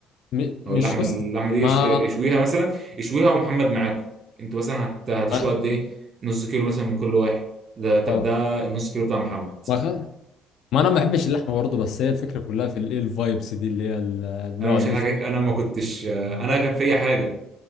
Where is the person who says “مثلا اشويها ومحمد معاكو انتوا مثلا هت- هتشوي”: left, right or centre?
Right